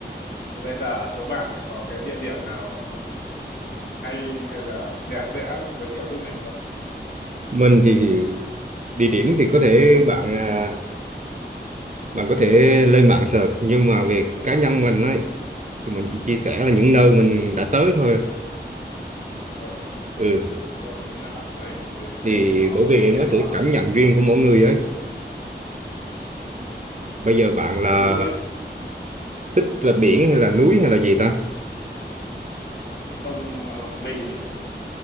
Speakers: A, on the left; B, on the right.
A: thì bây giờ ở chỗ bạn thì có cái địa điểm nào hay hay là đẹp đẽ giới thiệu giúp mình không
B: mình thì địa điểm thì có thể bạn à, bạn có thể lên mạng search nhưng mà về cá nhân mình ấy thì mình chỉ chia sẻ là những nơi mình đã tới thôi
A: Ừ
B: ừ
A: đúng rồi những nơi bạn tới thì
B: thì
A: thế thì nó
B: bởi
A: mình
B: vì nó
A: biết
B: sẽ
A: rõ
B: cảm
A: hơn
B: nhận riêng của mỗi người ấy
A: ừ.
B: bây giờ bạn là
A: ví dụ như
B: thích là biển hay là núi hay là gì ta
A: không ờ, mình ờ,